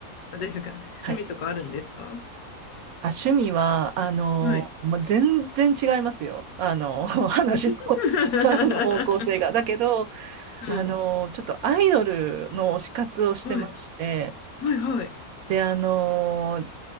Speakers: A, on the left (about 75°); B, on the right (about 75°).
A: あ、ですか。趣味とかあるんですか
B: はい。あ、趣味は、あの、
A: はい。
B: まあ、全然違いますよ。あの、<laughs> 話の、
A: <laughs>
B: あの方向性が。だけど、あの、
A: うん。
B: ちょっとアイドルの推し活をしてまして、
A: はい。はいはい。
B: で、あの、